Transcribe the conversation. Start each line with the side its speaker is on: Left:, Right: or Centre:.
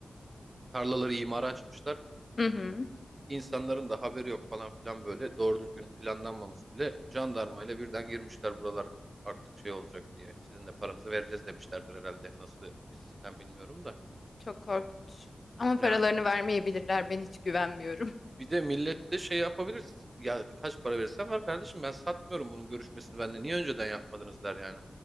Right: tarlaları imara açmışlar.
Left: Hı hı.
Right: İnsanların da haberi yok falan filan böyle doğru düzgün planlanmamış bile jandarmayla birden girmişler buralar artık şey olacak diye. Sizin de paranızı vereceğiz demişlerdir herhalde. Nasıl bir sistem bilmiyorum da.
Left: Çok korkunç. Ama paralarını
Right: Yani
Left: vermeyebilirler. Ben hiç güvenmiyorum. <laughs>
Right: bir de millet de şey yapabilir. Ya kaç para verirsen var kardeşim ben satmıyorum bunun görüşmesini bende. Niye önceden yapmadınız der yani.